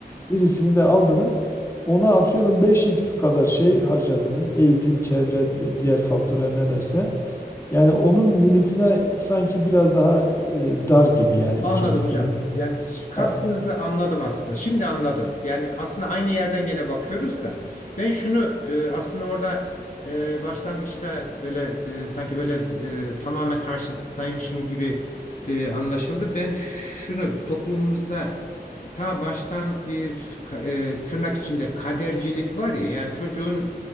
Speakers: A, on the left; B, on the left.
A: birisini de aldınız. Ona atıyorum beş x kadar şey harcadınız. Eğitim, çevre, di- diğer faktörler nelerse. Yani onun limitine sanki biraz daha e, dar gibi yani
B: Anladım
A: ikincisinin.
B: hocam. Yani kastınızı
A: Yani,
B: anladım aslında. Şimdi anladım. Yani aslında aynı yerden gene bakıyoruz da. Ben şunu e, aslında orada e, başlangıçta böyle e, sanki böyle e, tamamen karşısındaymışım gibi e, anlaşıldı. Ben şunu toplumumuzda e, ta baştan bir ka- e, tırnak içinde kadercilik var ya. Yani çocuğun